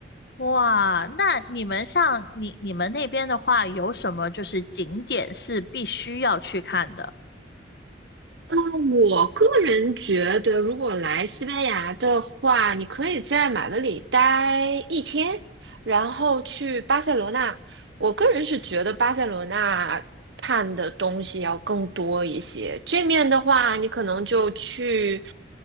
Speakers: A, on the left; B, on the right.
A: 哇，那你们像你你们那边的话，有什么就是景点是必须要去看的？
B: 嗯，我个人觉得，如果来西班牙的话，你可以在马德里待一天，然后去巴塞罗那。我个人是觉得巴塞罗那看的东西要更多一些。这面的话，你可能就去，